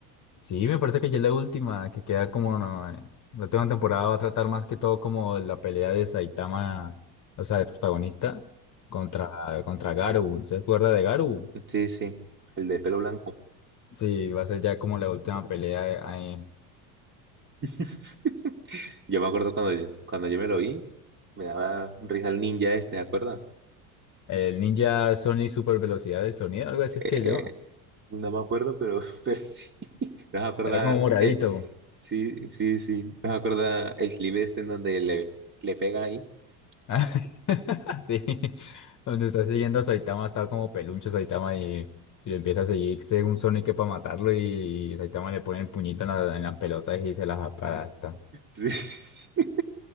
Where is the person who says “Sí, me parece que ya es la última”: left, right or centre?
Left